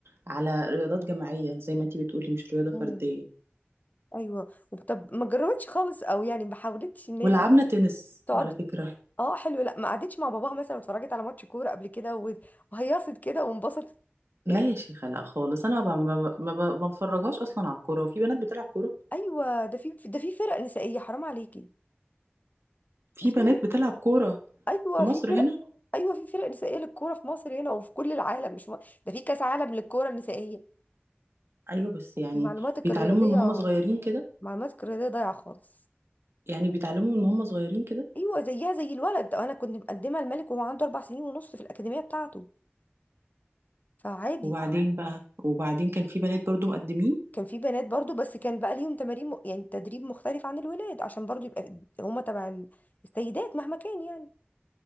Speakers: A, on the right; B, on the left.
A: على رياضات جماعية زي ما انتي بتقولي مش رياضة
B: مم.
A: فردية
B: ايوه طب ما جربتش خالص او يعني ما حاولتش انها
A: ولعبنا تنس
B: تقعد
A: على فكرة
B: اه حلو لا ما قعدتش مع باباها مثلا واتفرجت على ماتش كوره قبل كده و- وهيصت كده وانبسطت يعني
A: لا يا شيخة لا خالص انا ما ب- ما ب- ما بفرجهاش اصلا على الكورة وفي بنات بتلعب كورة
B: ايوه ده في ده في فرق نسائيه حرام عليكي
A: في
B: ده في
A: بنات بتلعب كورة
B: ايوه
A: في مصر
B: في فرق
A: هنا
B: ايوه في فرق نسائيه للكوره في مصر هنا وفي كل العالم مش م... ده في كاس عالم للكوره النسائيه
A: ايوه بس
B: يعني
A: يعني
B: معلوماتك
A: بيتعلموا
B: الرياضيه
A: من هم صغيرين كده
B: معلوماتك الرياضيه ضايعه خالص
A: يعني بيتعلموا من هم صغيرين كده
B: ايوه زيها زي الولد انا كنت مقدمه الملك وهو عنده اربع سنين ونص في الاكاديميه بتاعته فعادي
A: وبعدين بقى وبعدين كان في بنات برضو مقدمين
B: كان في بنات برضو بس كان بقى ليهم تمارين م... يعني تدريب مختلف عن الولاد عشان برضو يبقى هما تبع ال- السيدات مهما كان يعني